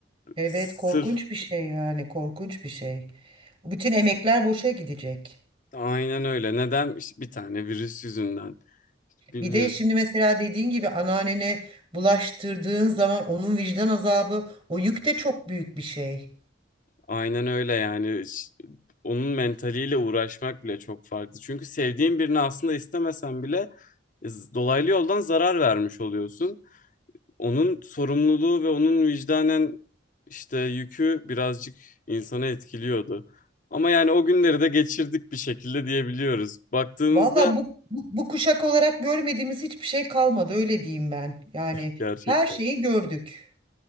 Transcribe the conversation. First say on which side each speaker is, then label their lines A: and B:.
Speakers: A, on the right; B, on the left.
A: Evet,
B: Sırf
A: korkunç bir şey yani, korkunç bir şey. Bütün emekler boşa gidecek.
B: Aynen öyle. Neden? İşte bir tane virüs yüzünden. Bilmiyorum.
A: Bir de şimdi mesela dediğin gibi anneannene bulaştırdığın zaman onun vicdan azabı, o yük de çok büyük bir şey.
B: Aynen öyle yani. Ş- Onun mentaliyle uğraşmak bile çok farklı. Çünkü sevdiğin birini aslında istemesen bile e, z- dolaylı yoldan zarar vermiş oluyorsun. Onun sorumluluğu ve onun vicdanen işte yükü birazcık insanı etkiliyordu. Ama yani o günleri de geçirdik bir şekilde diyebiliyoruz. Baktığınızda
A: Valla bu, bu, bu kuşak olarak görmediğimiz hiçbir şey kalmadı, öyle diyeyim ben. Yani
B: gerçekten.
A: her şeyi gördük.